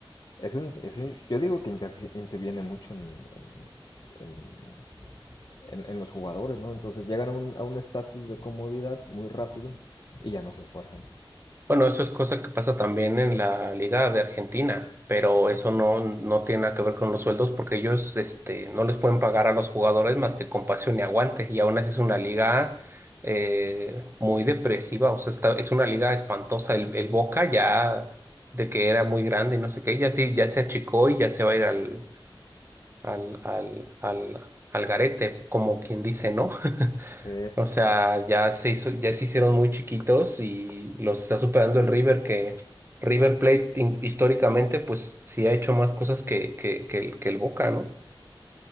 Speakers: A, on the left (about 55°); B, on the right (about 25°).
A: es un, es un- yo digo que interfi- interviene mucho en, en- en- en- en los jugadores, ¿no? Entonces llegan a un a un estatus de comodidad muy rápido y ya no se esfuerzan.
B: Bueno, eso es cosa que pasa también en la Liga de Argentina, pero eso no, no tiene nada que ver con los sueldos porque ellos, este, no les pueden pagar a los jugadores más que con pasión y aguante. Y aún así es una liga eh, muy depresiva, o sea, está- es una liga espantosa. El, el Boca ya de que era muy grande y no sé qué, ya sí, ya se achicó y ya se va a ir al, al, al, al, al garete, como quien dice, ¿no?
A: Sí,
B: O sea, ya se hizo, ya se hicieron muy chiquitos y los está superando el River, que River Plate hin- históricamente, pues sí ha hecho más cosas que, que, que el, que el Boca, ¿no?